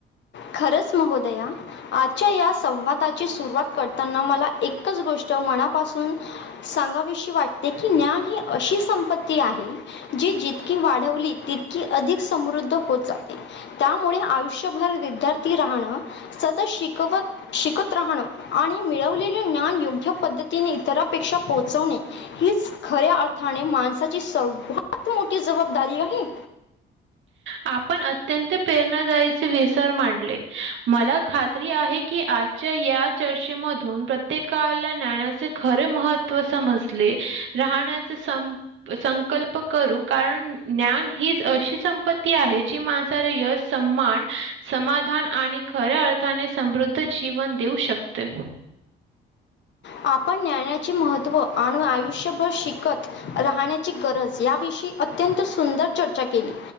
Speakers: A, on the left; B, on the right.
A: खरंच महोदया आजच्या या संवादाची सुरुवात करताना मला एक एकच गोष्ट मनापासून सांगावियी वाटते की ज्ञान ही अशी संपत्ती आहे जी जित वाढवली तितकी अधिक समृद्ध होत जाते त्यामुळे आयुष्यभर विद्यार्थी राहण सतत शिकवत शिकत राहणं आणि मिळवलेलं ज्ञान योग्य पद्धतीने तरापेक्षा पोहोचवणे हीच खऱ्या अर्थाने माणसाची सर्वात मोठ की जबाबदारी काही
B: आपण अत्यंत प्रेरणादायीचे विसर मांडले मला खात्री आहे की आ या चर्चेमधून प्रत्येकाला ज्ञानाचे खरे महत्त्व समजले राहण्याचा सं संकल्प करू कारण ज्ञान हीच अशी संपत्ती आहे जी माणसाला यश स्मान समाधान आणि खऱ्या अर्थाने समृद्ध जीवन देऊ शकते
A: आपण ज्ञानाचे महत्त्व आणि आयुष्यभर शिकत राहण्याची गरज याविषयी अत्यंत सुंदर चर्चा केली